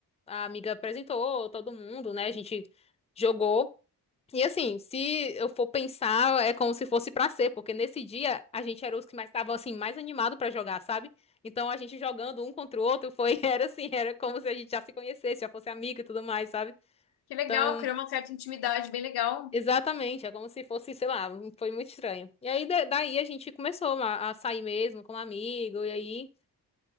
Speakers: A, on the left; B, on the left.
A: a amiga apresentou todo mundo, né? A gente jogou. E assim, se eu for pensar, é como se fosse pra ser, porque nesse dia a gente era os que mais estavam assim, mais animado pra jogar, sabe? Então a gente jogando um contra o outro foi, <laughs> era assim, era como se a gente já se conhecesse, já fosse amigo e tudo mais, sabe?
B: que legal.
A: Então.
B: Criou uma certa intimidade, bem legal.
A: Exatamente, é como se fosse, sei lá, um, foi muito estranho. E aí, da- daí a gente começou a, a sair mesmo como amigo, e aí,